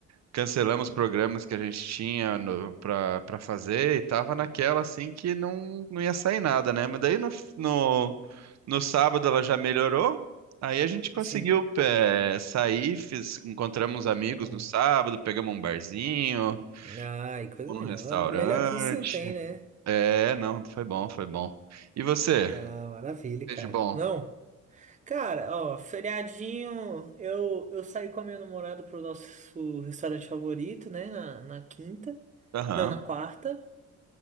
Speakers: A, on the right; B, on the right.
A: cancelamos programas que a gente tinha no, pra, pra fazer e tava naquela assim que não, não ia sair nada, né? Mas daí no, no, no sábado ela já melhorou, aí a gente conseguiu
B: Sim.
A: eh, sair, fiz- encontramos amigos
B: Bom.
A: no sábado, pegamos um barzinho,
B: Ah, e coisa
A: fomos
B: melhor.
A: num restaurante.
B: Melhor que isso não tem, né?
A: É, não, foi bom, foi bom. E você?
B: Ah, maravilha,
A: Fez
B: cara.
A: de bom?
B: Não. Cara, ó, feriadinho, eu, eu saí com a minha namorada pro nosso restaurante favorito, né? Na, na quinta.
A: Aham,
B: Não, na quarta.